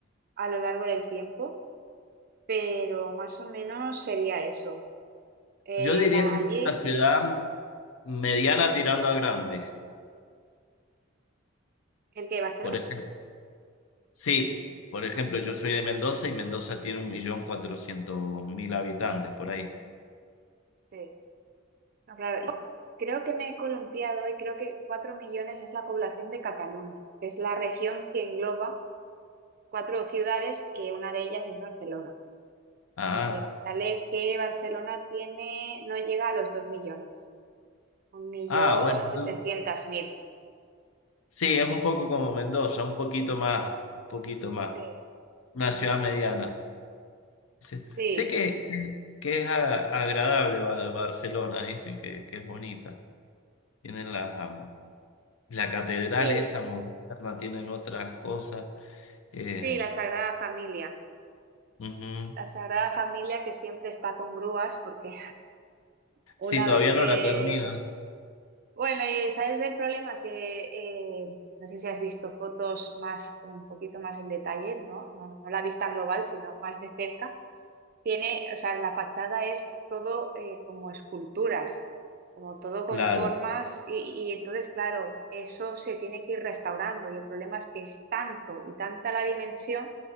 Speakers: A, on the right (about 45°); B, on the left (about 80°).
A: a lo largo del tiempo, pero más o menos sería eso. Eh,
B: Yo diría
A: la,
B: que
A: allí,
B: es una ciudad Mediana tirando a grande.
A: el que Barcelona.
B: Por ejemplo, sí, por ejemplo, yo soy de Mendoza y Mendoza tiene un millón cuatrocientos mil habitantes por ahí.
A: Sí. No, claro, yo creo que me he columpiado y creo que 4 millones es la población de Cataluña, que es la región que engloba cuatro ciudades, que una de ellas es Barcelona.
B: Ah,
A: Porque me sale que Barcelona tiene, no llega a los 2 millones. Un millón
B: ah, bueno, entonces,
A: setecientos mil.
B: sí, es un poco como Mendoza, un poquito más, un poquito más.
A: Sí,
B: Una ciudad mediana.
A: sí,
B: Sí.
A: sí,
B: Sé que, que es a- agradable Ba- Barcelona, dicen que, que es bonita. Tienen la, am, la catedral
A: sí,
B: esa moderna, tienen otras cosas. eh,
A: sí, la Sagrada Familia.
B: ujú.
A: La Sagrada Familia que siempre está con grúas, porque una
B: Sí, todavía
A: vez
B: no
A: que.
B: la terminan.
A: Bueno, y sabes el problema que eh, no sé si has visto fotos más, un poquito más en detalle, ¿no? No, no la vista global, sino más de cerca Tiene, o sea, la fachada es todo eh, como esculturas, como todo con
B: Claro,
A: formas y, y entonces, claro, eso se tiene que ir restaurando y el problema es que es tanto y tanta la dimensión